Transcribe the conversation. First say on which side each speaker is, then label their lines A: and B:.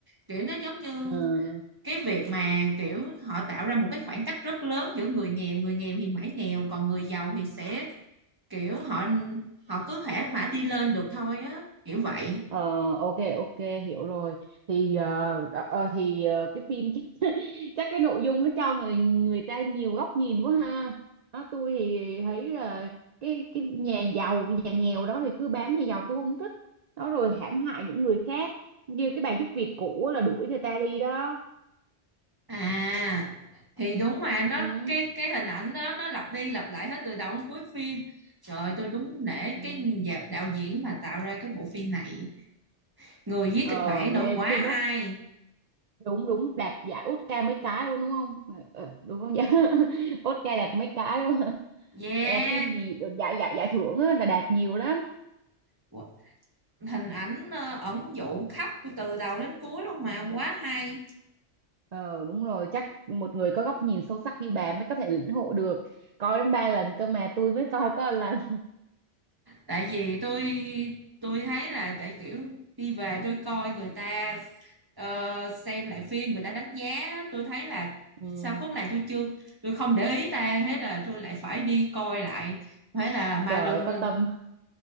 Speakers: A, on the right; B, on the right.
A: kiểu nó giống như
B: ừ.
A: cái việc mà kiểu họ tạo ra một cái khoảng cách rất lớn giữa người nghèo người nghèo thì mãi nghèo còn người giàu thì sẽ kiểu họ họ cứ thể mãi đi lên được thôi á kiểu vậy
B: Ờ, ok ok hiểu rồi thì ờ, đ- ờ, thì ờ, cái phim chắc <laughs> chắc cái nội dung nó cho người người ta nhiều góc nhìn quá ha đó, tôi thì thấy là cái cái nhà giàu cái nhà nghèo đó thì cứ bám nhà giàu tôi không thích đó rồi hãm hại những người khác như cái bà giúp việc cũ á là đuổi người ta đi đó
A: À thì đúng mà nó
B: ừ,
A: cái cái hình ảnh đó nó lặp đi lặp lại hết từ đầu đến cuối phim. Trời ơi, tôi đúng nể
B: ừ.
A: cái nhà- đạo diễn mà tạo ra cái bộ phim này. Người viết
B: ờ
A: kịch bản
B: ghê
A: nữa quá
B: phim
A: hay.
B: á đúng đúng đạt giải Oscar mấy cái luôn đúng không Ờ, ờ, đúng không vậy <laughs> Oscar đạt mấy cái luôn
A: Yeah.
B: Ờ, phim gì được giải giải giải thưởng á, là đạt nhiều lắm
A: Qu- Hình ảnh ờ, ẩn dụ khắp từ đầu đến cuối luôn mà quá hay.
B: ờ đúng rồi chắc một người có góc nhìn sâu sắc như bà mới có thể lĩnh hội được coi đến ba lần cơ mà tôi mới coi có một lần
A: tại vì tôi tôi thấy là tại kiểu đi về tôi coi người ta ờ, xem lại phim người ta đánh giá tôi thấy là
B: ừ,
A: sao khúc này tôi chưa tôi không để ý ta thế là tôi lại phải đi coi lại thế là mà
B: trời
A: lần
B: ơi, có tâm